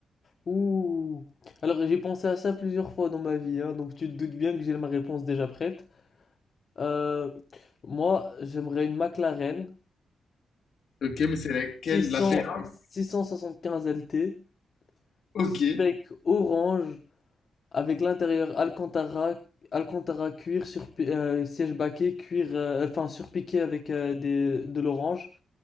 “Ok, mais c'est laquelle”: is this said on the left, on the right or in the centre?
Left